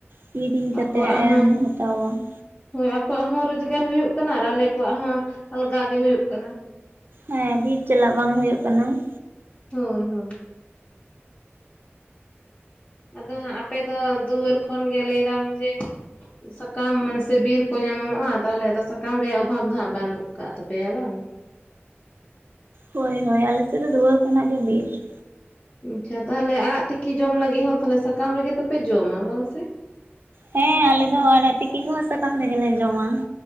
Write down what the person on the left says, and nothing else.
ᱟᱠᱚᱣᱟᱜ ᱦᱚᱸ
ᱦᱳᱭ ᱟᱠᱚᱣᱟᱜ ᱦᱚᱸ ᱨᱳᱡᱽᱜᱟᱨ ᱦᱩᱭᱩᱜ ᱠᱟᱱᱟ, ᱟᱨ ᱟᱞᱮ ᱠᱚᱣᱟᱜ ᱦᱚᱸ ᱟᱞᱜᱟ ᱜᱮ ᱦᱩᱭᱩᱜ ᱠᱟᱱᱟ ᱾
ᱦᱳᱭᱻᱦᱳᱭᱻᱦᱩᱸ᱾ ᱟᱫᱚ ᱦᱟᱸ ᱟᱯᱮ ᱫᱚ ᱫᱩᱣᱟᱹᱨ ᱠᱷᱚᱱ ᱜᱮ ᱞᱟᱹᱭ ᱫᱟᱢ ᱡᱮ ᱥᱟᱠᱟᱢ ᱢᱟᱥᱮ ᱵᱤᱨ ᱠᱚ ᱧᱟᱢᱚᱜᱼᱟ, ᱛᱟᱦᱚᱞᱮ ᱟᱫᱚ ᱥᱟᱠᱟᱢ ᱨᱮᱭᱟᱜ ᱚᱵᱷᱟᱵ ᱫᱚ ᱦᱟᱸᱜ ᱵᱟᱹᱱᱩᱜ ᱠᱟᱜ ᱛᱟᱯᱮᱭᱟ ᱵᱟᱝ?
ᱟᱪᱪᱷᱟ ᱛᱟᱦᱚᱞᱮ ᱟᱲᱟᱜ ᱛᱤᱠᱤ ᱡᱚᱢ ᱞᱟᱹᱜᱤᱫ ᱦᱚᱸ ᱛᱟᱦᱚᱞᱮ ᱥᱟᱠᱟᱢ ᱨᱮᱜᱮ ᱛᱚᱯᱮ ᱡᱚᱢᱟ ᱵᱟᱝ ᱥᱮ?